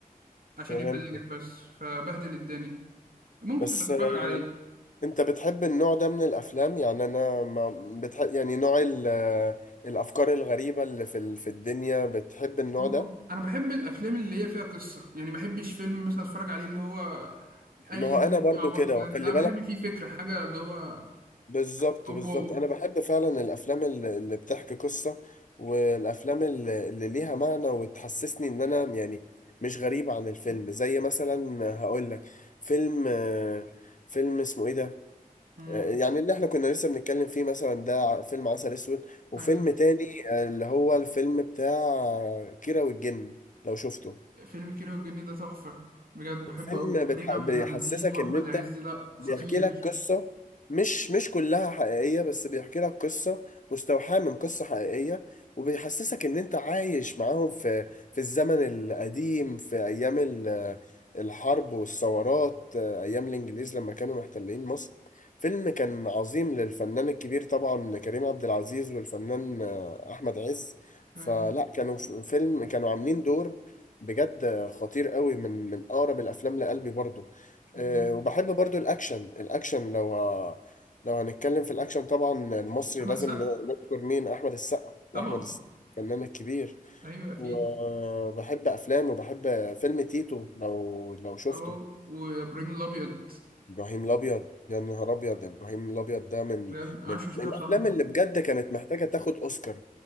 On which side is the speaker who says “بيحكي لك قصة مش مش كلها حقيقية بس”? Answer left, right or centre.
Left